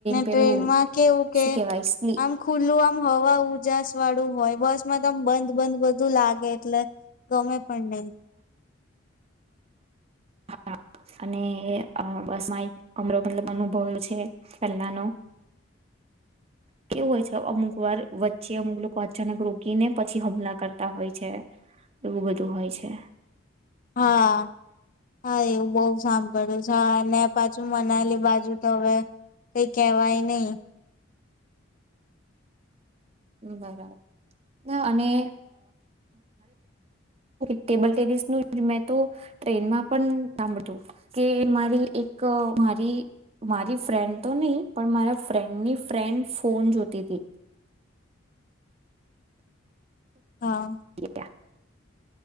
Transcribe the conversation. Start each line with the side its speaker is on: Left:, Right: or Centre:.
Right: પેલું
Left: ટ્રેનમાં કેવું કે
Right: શું કેવાય સ્લીપ
Left: આમ ખુલ્લું આમ હવા ઉજાસ વાળું હોય બસ મ બંધ બંધ બધું લાગે એટલે ગમે પણ નહી.
Right: હા અને બસ માં એક અમરો મતલબ અનુભવ એ છે પહેલાનો કેવું હોય છે અમુક વાર વચ્ચે અમુક લોકો અચાનક રોકીને પછી હમલા કરતા હોય છે એવું બધું હોય છે
Left: હા હા એવું બઉ સાંભળ્યું છે ને પાછું મનાલી બાજુ તો હવે કઈ કેહેવાય નહી
Right: બરાબર અને ટેબલ ટેનિસ ન મેં તો ટ્રેનમાં પણ સાંભતું કે મારી એક મારી મારી ફ્રેન્ડ તો નહી પણ મારા ફ્રેન્ડની ફ્રેન્ડ ફોન જોતી હતી
Left: હા
Right: હતી